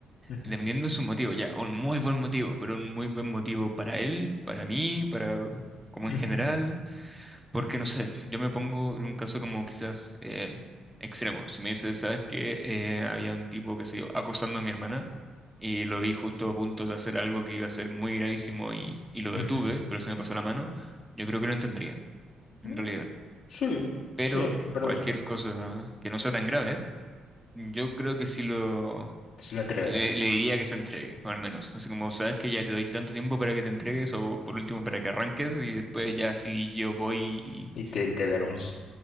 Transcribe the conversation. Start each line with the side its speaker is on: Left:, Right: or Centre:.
Left: ujú,
Centre: dependiendo de su motivo, ya, un muy buen motivo, pero un muy buen motivo para él, para mí, para... como
Left: ujú.
Centre: en general. Porque no sé, yo me pongo en un caso como quizás em, extremo. Si me dices, ¿sabes qué? Eh, había un tipo, que se yo, acosando a mi hermana y lo vi justo a punto de hacer algo que iba a ser muy gravísimo y, y lo
Left: Ujú.
Centre: detuve, pero se me pasó la mano, yo creo que lo entendería, en
Left: Mm,
Centre: realidad.
Left: Sí,
Centre: Pero
Left: sí, en verdad
Centre: cualquier
Left: sí.
Centre: cosa que no sea tan grave, yo creo que sí lo...
Left: Que lo entrega
Centre: Le,
Left: ¿eh?
Centre: le diría que se entregue, o al menos. Así como, sabes que ya te doy tanto tiempo para que te entregues, o por último para que arranques, y después ya sí yo voy y...
Left: y te, y te denuncia.